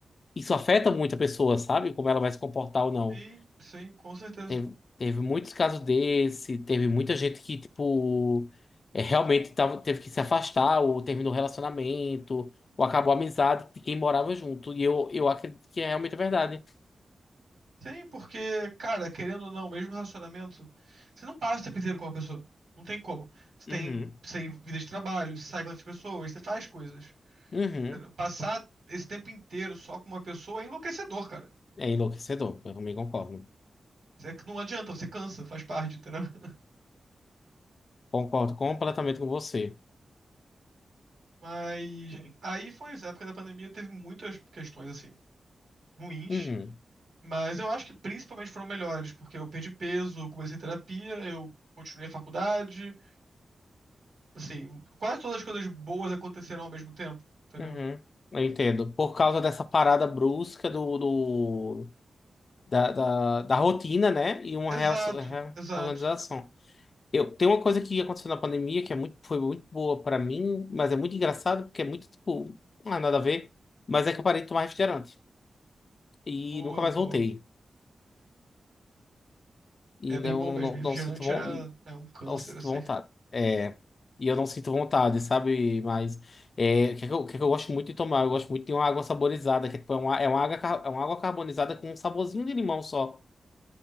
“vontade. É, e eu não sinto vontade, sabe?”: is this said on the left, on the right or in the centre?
Left